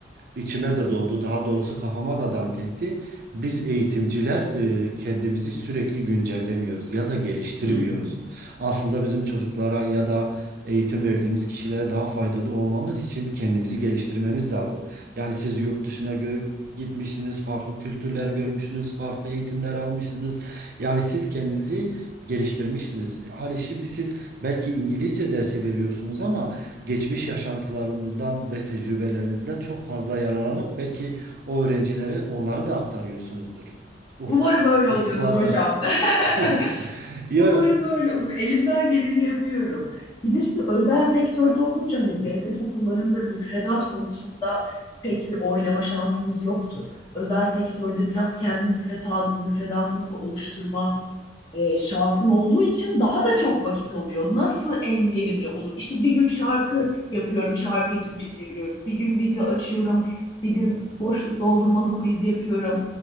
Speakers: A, on the right (about 55°); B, on the left (about 25°).
A: içime de doğdu. Daha doğrusu kafama da dank etti. Biz eğitimciler e, kendimizi sürekli güncellemiyoruz ya da geliştirmiyoruz.
B: Hı hı.
A: Aslında bizim çocuklara ya da eğitim verdiğimiz kişilere daha faydalı olmamız için kendimizi geliştirmemiz lazım. Yani siz yurt dışına gö- gitmişsiniz, farklı kültürler görmüşsünüz, farklı eğitimler almışsınız. Yani siz kendinizi geliştirmişsiniz. Hani şimdi siz belki İngilizce dersi veriyorsunuz ama geçmiş yaşantılarınızdan ve tecrübelerinizden çok fazla yararlanıp belki o öğrencilere onları da aktarıyorsunuzdur. Uf,
B: Umarım öyle
A: ufuklarına.
B: oluyordur hocam.
A: <laughs>
B: <laughs>
A: Ya,
B: Umarım öyle olur. Elimden geleni yapıyorum. Bir de şimdi özel sektörde olunca hani devlet okullarında müfredat konusunda pek bir oynama şansınız yoktur. Özel sektörde biraz kendi müfreda- müfredatımı da oluşturma e, şansım olduğu için daha da çok vakit alıyor. Nasıl en verimli olur? İşte bir gün şarkı yapıyorum, şarkıyı Türkçe çeviriyoruz. Bir gün video açıyorum, bir gün boşluk doldurmalı quiz yapıyorum.